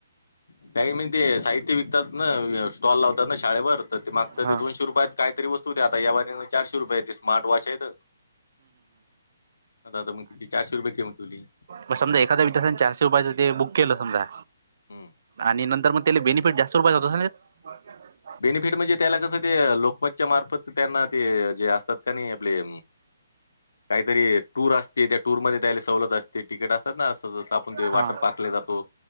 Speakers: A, on the left (about 75°); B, on the right (about 60°).
A: का का म्हणजे ते साहित्य विकतात ना. स्टॉल लावतात ना शाळेवर तर ते मागं
B: हा
A: ते दोनशे रुपयात काहीतरी वत होते आता या व चारशे रुपया स्मार्ट वॉच आहे त द मग तिची चारशे रुपये किम ठेवली.
B: म समा एखा्या विधसा रपया ते बुक केलं समजा
A: हं.
B: आणि नंतर मग त्याले बेनिफिट जास्त रुपयाच होत. बर
A: बेनिफिट म्हणजे त्याला कसं ते लोकमतच्या मार्फत त्यांना ते जे असतात का नाही आपले काहीतरी टूर असते त्या टूरमध्येध्ये त्यायला सवलत असते तिकीट अस. ना असं जस आपण ते
B: हा
A: वाटर पाकला जातो.